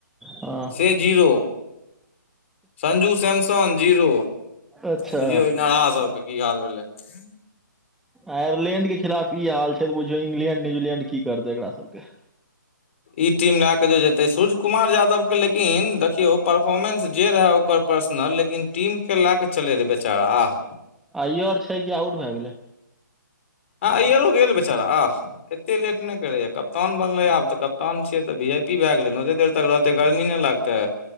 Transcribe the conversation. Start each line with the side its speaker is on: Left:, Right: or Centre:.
Centre: आ।
Left: के जीरो। संजू सैमसंग जीरो,
Centre: अच्छा
Left: बुझियौ ई नरहा सबके की हाल भलै। <unintelligible>
Centre: आयरलैंड के खिलाफ ई हाल छै, त बुझियौ इंग्लैंड, न्यूजीलैंड, की करतै एकरा सबके?
Left: ई टीम लए कऽ ज जेतै, सूर्य कुमार यादव के लेकिन देखियौ, परफॉर्मेंस जे रहै ओकर पर्सनल, लेकिन टीम के लए के चले रहे बेचारा, आह!
Centre: आ ई आऔर छै कि, आउट भए गेलै?
Left: आ अइयो गेल बेचारा, आह! एते लेट नहि करेय कप्तान बनले आब। तऽ कप्तान छियै तऽ, वी आई पी भए गेलै ने, ओते देर तक रहतै गर्मी नहि लगतै।